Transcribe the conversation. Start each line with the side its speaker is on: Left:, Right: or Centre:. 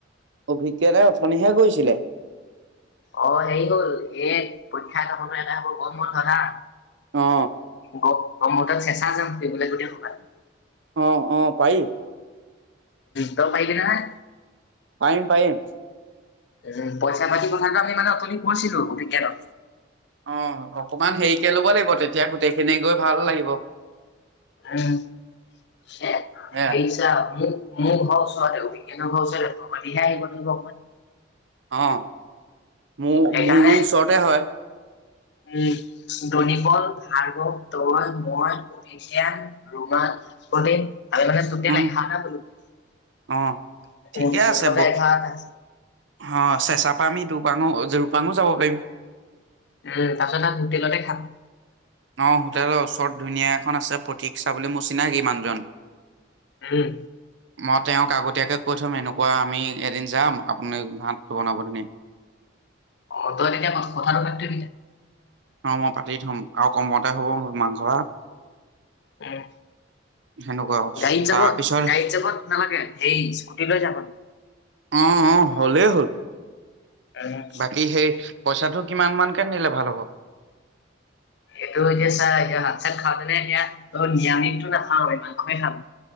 Right: অভিজ্ঞাৰে অথনিহে গৈছিলে।
Left: অ হেৰি হ'ল এ পৰীক্ষা এটা হওঁতে গৰম বন্ধ না।
Right: অ।
Left: ব্ৰ্মতত চেচা যোম শুবলৈ গো ভবা লাগে।
Right: অ অ পাৰি।
Left: ত পাইলি ন নাই।
Right: পাৰিম পাৰিম।
Left: উ পইচা পাতি কথা কৈছিলো অভিজ্ঞানক।
Right: অ অকমান হেৰিকে লব লাগিব তেতিয়া গোটেইখিনি। গৈ ভাল লাগিব।
Left: উম। সেইেইছ
Right: এ
Left: ম। মোৰ ঘৰ ওচৰতে অভিজ্ঞানৰ ওচৰতে পা পাতি আহিব অকনমান।
Right: অ। মোৰ
Left: সেইকাৰণে
Right: মোৰো ওচৰতে হয়।
Left: উম দনিবল ভাৰ্বক তল মই অভিজ্ঞান ৰোমা প্ৰদীপ। আমি মানে টুতেল
Right: উম,
Left: এঘাৰটা হলো
Right: অ ঠিকে আছে
Left: মুঠতে
Right: ব
Left: এঘাৰটা।
Right: অ চেচা পৰাা আমি দুপাঙো দুপাংঙো যাব। পাৰিম
Left: উ তাৰ পাছত আম হোটেলতে খাম।
Right: অ হোটেলৰ ওচৰত ধুনীয়া এখন আছে প্ৰতীক চা বুলি মোৰ চিনাকি মানুহৰ জন।
Left: উম।
Right: মই তেওঁক আগতীয়াকৈ কৈ থম এনেকুৱা আমি এদিন যাম আপুনি ভাতটো বনাব ধুনীয়াকে।
Left: অ তই তেতিয়া মাছ কথাটো সোধি ছবি তাইক।
Right: অ মই পাতি থম আৰু। কমতে হ'ব মাংস ভাত।
Left: অহ।
Right: সেনেকুৱা আৰু
Left: গাড়ীত যাব
Right: তাৰপিছত
Left: গাড়ীত যাব নালাগে সেই স্কুটি লৈ যাবানি।
Right: অ অ হলেই হ'ল।
Left: উম
Right: বাকী সেই পইচাটো কিমান মান কে নিলে ভাল হ'ব। ক।
Left: এইটো এতিয়া চা এ হাত চাত খাওঁতেনে এতিয়া নিৰামিষ টো নাখাওঁ মাংসে খাম।